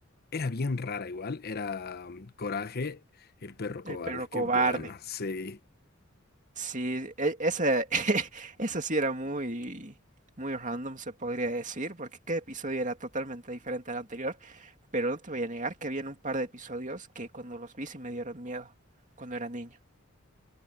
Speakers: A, on the left; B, on the right.
A: era bien rara igual, era um, Coraje, el perro cobarde.
B: El perro cobarde.
A: Qué buena, sí.
B: Sí, e- ese, <laughs> eso sí era muy, muy random, se podría decir, porque cada episodio era totalmente diferente al anterior, pero no te voy a negar que habían un par de episodios que cuando los vi sí me dieron miedo cuando era niño.